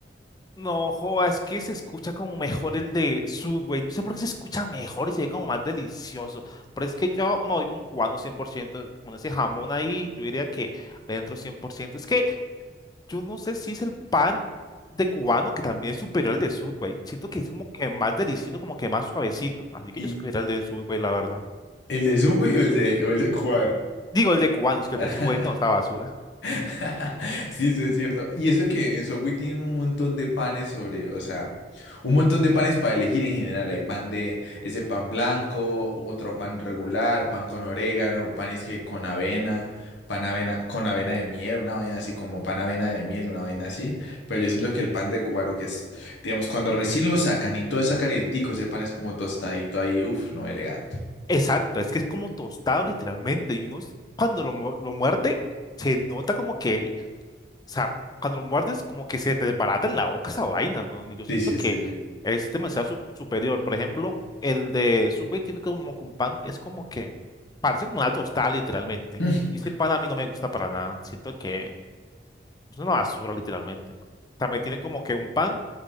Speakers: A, on the left (about 20°); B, on the left (about 85°).
A: No, joa, es que se escucha como mejor el de Subway. No sé por qué se escucha mejor y se ve como más delicioso. Pero es que yo me voy con cubano cien por ciento, Con ese jamón ahí, yo diría que le entro 100%. Es que yo no sé si es el pan de cubano que también es superior al de Subway. Siento que es como que más delicioso, como que más suavecito. Así que
B: ¿Y
A: yo escogería el de Subway, la verdad.
B: el de supe o el de, o el de cubano?
A: Digo, el de cubano, es que
B: <laughs>
A: el de Subway no, esta basura.
B: <laughs> Sí, eso es cierto. Y eso que en Subway tienen un montón de panes sobre, o sea, un montón de panes para elegir en general. Hay pan de ese pan blanco, otro pan regular, pan con orégano, panes que con avena, pan avena con avena de miel, una vaina así como pan avena de miel, una vaina así. Pero yo siento que el pan de cubano que es, digamos, cuando recién lo sacan y todo está calientico, ese pan es como tostadito ahí, uff, no, elegante.
A: Exacto, es que es como tostado literalmente. Y uno s- cuando lo, mu- lo muerde, se nota como que O sea, cuando lo muerdes, como que se te desbarata en la boca esa vaina, güey. Y yo siento
B: Sí, sí,
A: que
B: sí, sí.
A: es demasiado su- superior. Por ejemplo, el de Subway tiene como que un pan, es como que parece como una tostada, literalmente.
B: <laughs>
A: Y ese pan a mí no me gusta para nada. Siento que es una basura, literalmente. También tienen como que un pan